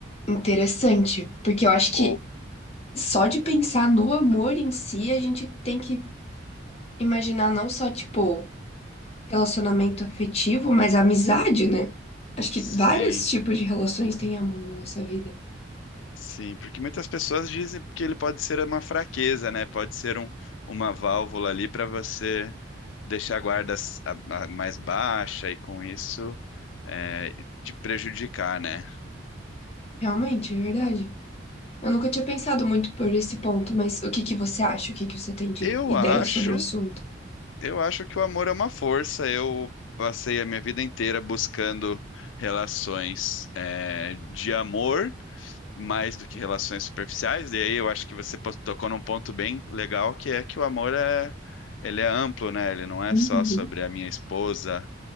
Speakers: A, on the left (about 35°); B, on the left (about 90°).
A: interessante, porque eu acho que
B: Ou,
A: só de pensar no amor em si, a gente tem que imaginar não só, tipo, relacionamento afetivo, mas amizade, né? Acho que
B: sim.
A: vários tipos de relações têm amor na nossa vida.
B: Sim, porque muitas pessoas dizem que ele pode ser uma fraqueza, né? Pode ser um, uma válvula ali para você deixar a guarda s- a- a- mais baixa e com isso é, te prejudicar, né?
A: Realmente, é verdade. Eu nunca tinha pensado muito por esse ponto, mas o que que você acha? O que que você tem de
B: Eu
A: ideia
B: acho,
A: sobre o assunto?
B: eu acho que o amor é uma força. Eu passei a minha vida inteira buscando relações é, de amor. mais do que relações superficiais, e aí eu acho que você po- tocou num ponto bem legal, que é que o amor é, ele é amplo, né? Ele não é
A: Uhum.
B: só sobre a minha esposa,